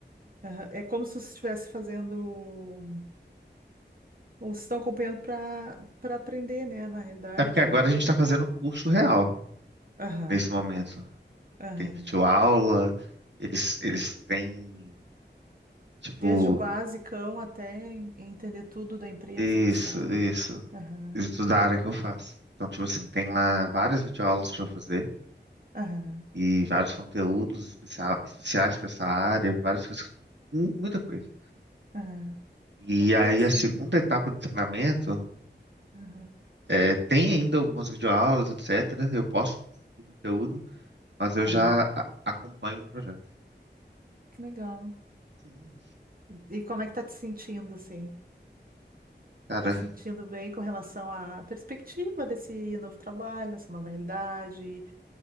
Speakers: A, on the right (about 50°); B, on the right (about 70°).
A: aham, é como se você estivesse fazendo, ou vocês estão acompanhando para para aprender, né, na realidade.
B: É porque agora
A: e
B: a gente
A: ou-
B: está fazendo o curso real
A: Aham,
B: nesse momento.
A: aham.
B: tem videoaula, eles, eles têm, tipo,
A: Desde o basicão até en- entender tudo da empresa,
B: isso,
A: isso, né?
B: isso.
A: Aham,
B: Isso tudo da área que eu faço. Então, tipo assim, tem lá várias videoaulas para fazer
A: aham,
B: e vários conteúdos especial, especiais para essa área, várias coisas, mu- muita coisa.
A: aham.
B: E
A: Ah, que interessante.
B: aí a segunda etapa do treinamento
A: Aham,
B: é, tem ainda algumas videoaulas, etc. Eu posso produzir conteúdo, mas eu
A: aham.
B: já a- acompanho um projeto.
A: Que legal.
B: Sim,
A: E e como é que tá te sentindo, assim?
B: cara,
A: Tá se sentindo bem com relação à perspectiva desse novo trabalho, dessa nova realidade?